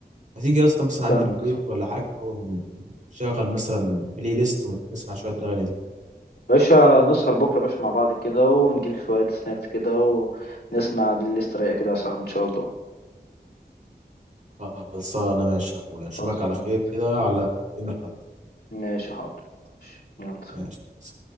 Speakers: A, on the right; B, on the left.
A: هتيجي يا اسطى مثلا عندي
B: فاهمك
A: البيت
B: صح
A: ولا حاجة ونشغل مثلا بلاي ليست ونسمع شوية الأغاني دي
B: باشا نسهر بكرة يا باشا مع بعض كده ونجيب شوية سناكس كده ونسمع بالليست رايقة كده يا صاحبي إن شاء الله
A: خلصانة ماشي يا أخويا أشوفك
B: خلصان
A: على خير كده على يوم الأحد
B: ماشي حاضر يلا
A: ماشي
B: سلام.